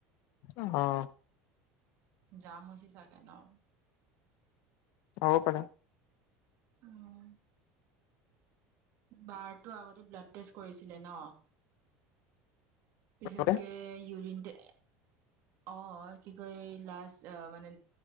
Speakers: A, on the left (about 65°); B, on the right (about 55°).
A: আহ',
B: জাম হৈছে চাগে ন',?
A: হ'ব পাৰে।
B: উম', বাৰটো আগতে ব্লাড টেষ্ট কৰিছিলে ন', পিছতকে
A: লগতে
B: ইউৰিনতে, অ', কি', কয় লাষ্ট অ', মানে